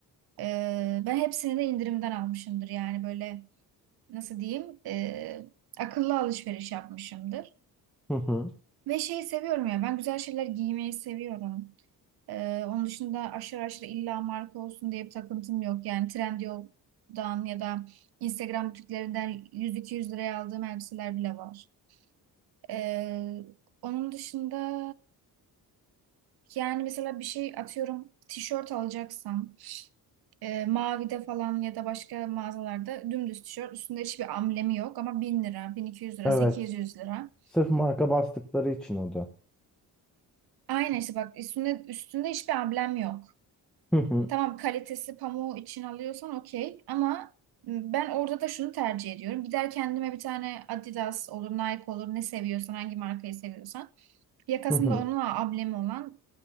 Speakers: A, on the right; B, in the centre.
A: e, ben hepsini de indirimden almışımdır. Yani böyle nasıl diyeyim e, akıllı alışveriş yapmışımdır.
B: hı hı.
A: Ve şeyi seviyorum ya ben güzel şeyler giymeyi seviyorum. Ee, onun dışında aşırı aşırı illa marka olsun diye bir takıntım yok. Yani Trendyol'dan ya da Instagram butiklerinden 100-200 liraya aldığım elbiseler bile var. Ee, onun dışında yani mesela bir şey atıyorum tişört alacaksam e, Mavi'de falan ya da başka mağazalarda dümdüz tişört üstünde hiçbir amblemi yok ama 1000 lira, 1200 lira,
B: Evet.
A: 800 lira.
B: Sırf marka bastıkları için o da.
A: Aynen işte bak üstünde, üstünde hiçbir amblem yok.
B: Hı hı.
A: Tamam kalitesi pamuğu için alıyorsan okey ama ben orada da şunu tercih ediyorum. Gider kendime bir tane Adidas olur, Nike olur ne seviyorsan hangi markayı seviyorsan. Yakasında
B: Hı hı.
A: onunla ablemi olan